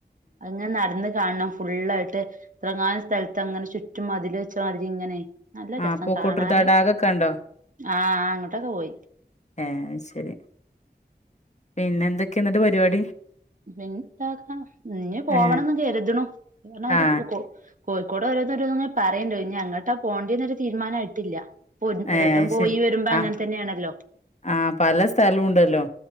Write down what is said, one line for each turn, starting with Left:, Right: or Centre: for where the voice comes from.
Right: അഹ് ഇങ്ങനേ നടന്ന് കാണണം ഫുള്ളായിട്ട് എത്തറങ്ങാനും സ്ഥലത്ത് അങ്ങനെ ചുറ്റും മതില് വെച്ചാ മാതിരി ഇങ്ങനെ നല്ല
Left: ആഹ്
Right: രെസം
Left: പൂക്കോട്ടൂർ
Right: കാണാന്
Left: തടാകക്കെ കണ്ടോ
Right: ആഹ് ആഹ് അങ്ങാട്ടോക്കെ പോയി
Left: ഏഹ് അഹ് ശരി പിന്നെ എന്തൊക്ക്യായ എന്നിട്ട് പരി
Right: പിന്നെന്താക്ക ഇഞ്ഞ് പോവണം
Left: ഏ
Right: എന്ന് കരുത് ന് എങ്ങനെ ആയാലും
Left: ആ
Right: ഒരു പോക്ക് പോകും കോഴിക്കോട് ഓരാന്ന് ഓരോന്ന് ഇങ്ങനെ പറയണ്ട് ഇനി എങ്ങോട്ടാ പോണ്ടേന്നൊര് തീരുമാനം ആയിട്ടില്ല പോയി ഒരട്ടം
Left: ഏ അത്
Right: പോയി
Left: ശരി
Right: വെര്മ്പോ
Left: ആ
Right: അങ്ങനെ തന്നെയാണല്ലോ
Left: ആ പല സ്ഥലവും ഉണ്ടല്ലോ